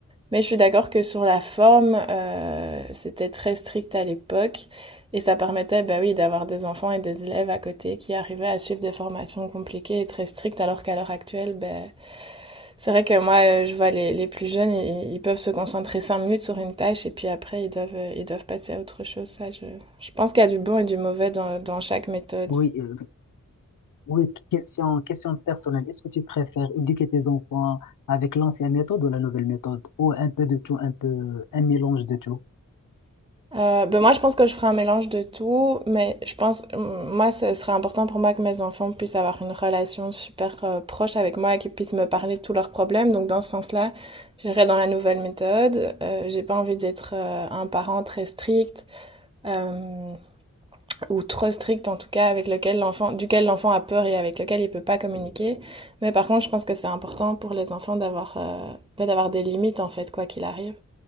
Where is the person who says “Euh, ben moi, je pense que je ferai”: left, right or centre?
Right